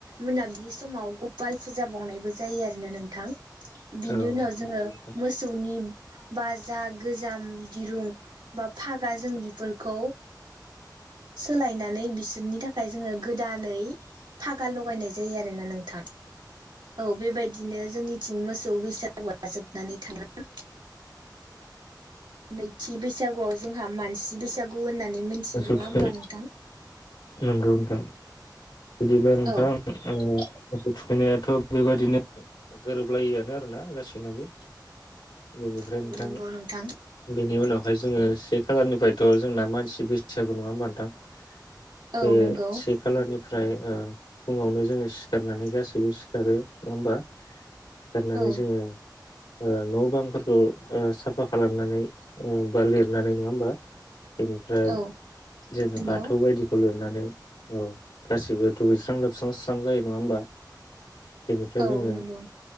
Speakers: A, on the right; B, on the left.
A: मोनाबिलि समाव गपाल फुजा बावनायबो जायो आरो ना नोंथां। बिनि
B: औ
A: उनाव जोङो
B: नंगौ नोंथां
A: मोसौनि बा जा गोजाम दिरुं बा फागा जों
B: औ
A: बिफोरखौ सोलायनानै बिसो रनि थाखाय जोङो गोदानै फागा ल गायनाय जायोआरोना नोंथां औ बेबाय बिदिनो जोंनिथिं मोसौ बैसा <inaudible> जोबनानै <unintelligible> नैथि बैसागुआव जोंहा मानसि बैसागु होनना नै मोनथियो
B: मोसौ
A: नङा
B: थुखै
A: होमबा नोंथां?
B: नंगौ नोंथां। बिदिब्ला नोंथां
A: औ
B: ओ मोसौ थुखैनायाथ' बेबायदिनो गोरोबलायिआनो आरोना गासैनाबो बेनिफ्राय
A: औ
B: नोंथां
A: नंगौ नोंथां
B: बेनि उनाव जोङो से खालारनिफ्रायथ' जोंना मानसि बैससागु नङा होमबा नोंथां? बे
A: औ नंगौ
B: से खालारनि फ्राय फुङावनो जोङो सिखारनानै गासैबो सिखारो नङा होमबा? सिखारनानै
A: औ
B: जोङो ओ न' बांफोरखौ ओ साफा खालामनानै ओ बा लिरनानै नङा होमबा? बेनिफ्राय
A: औ
B: जोङो
A: नंगौ
B: बाथौ बायदिखौ लिरनानै औ गासिबो दुगैस्रां लोबस्रां स्रां जायो नङा होमबा? बेनिफ्राय
A: औ
B: जोङो
A: नंगौ